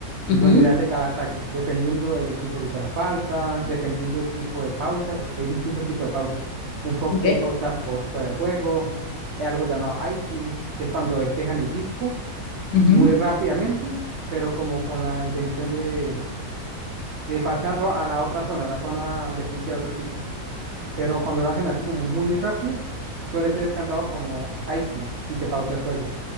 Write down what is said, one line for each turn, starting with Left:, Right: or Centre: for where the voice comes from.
Left: Ujú.
Right: donde se hace cada saque, dependiendo del equipo que hizo la falta, dependiendo del tipo de pausa, porque hay distintos tipos de pausas. En hockey
Left: ok
Right: hay pausas por fuera de juego, hay algo llamado icing, que es cuando despejan el disco
Left: ujú.
Right: muy rápidamente, pero como con la intención de, de pasarlo a la otra zona, a la zona defensiva del otro equipo. Pero cuando lo hacen así como muy rápido, suele ser cantado como icing y se pausa el juego.